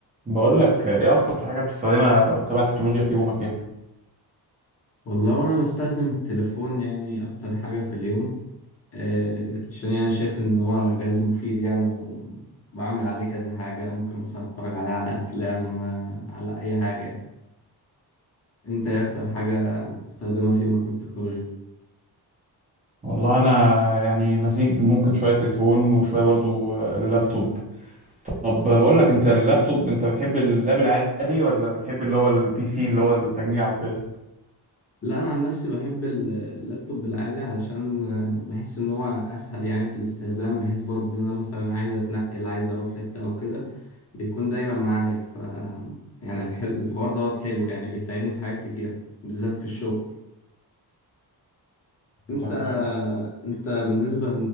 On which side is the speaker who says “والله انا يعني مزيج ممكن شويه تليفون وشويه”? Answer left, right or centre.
Right